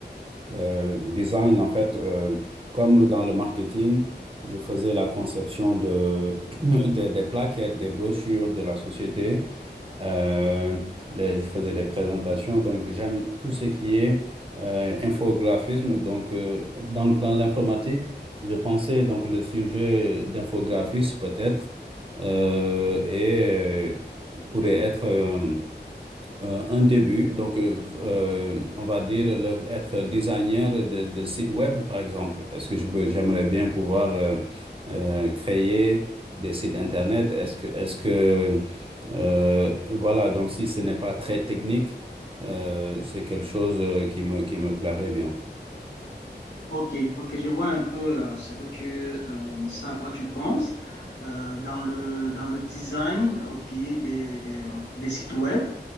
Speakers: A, on the right (about 30°); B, on the left (about 90°).
A: euh, design, en fait, euh, comme dans le marketing, je faisais la conception de, <coughs> <clears throat> de- des plaquettes, des brochures de la société. euh, les- je faisais des présentations. Donc, j'aime tout ce qui est euh, infographisme. Donc, euh, donc, dans l'informatique, je pensais donc le sujet d'infographiste peut-être euh, et euh, pourrait être euh, euh, un début. Donc, euh, euh, on va dire le- être designer de, de site web, par exemple. Est-ce que je peux, j'aimerais bien pouvoir euh, euh, créer des sites internet? Est-ce que, est-ce que, euh, voilà, donc si ce n'est pas très technique, euh, c'est quelque chose euh, qui me, qui me plairait bien.
B: Ok, ok, je vois un peu euh, ce que tu, euh, ça à quoi tu penses Euh, dans le dans le design, ok, des, des, des sites web.